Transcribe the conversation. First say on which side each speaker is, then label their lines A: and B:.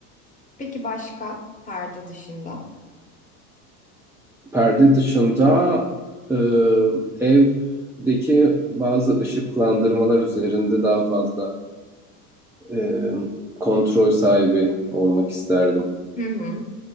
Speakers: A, on the left; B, in the centre.
A: Peki başka perde dışında?
B: Perde dışında e, evdeki bazı ışıklandırmalar üzerinde daha fazla e, kontrol sahibi olmak isterdim.
A: Hı hı.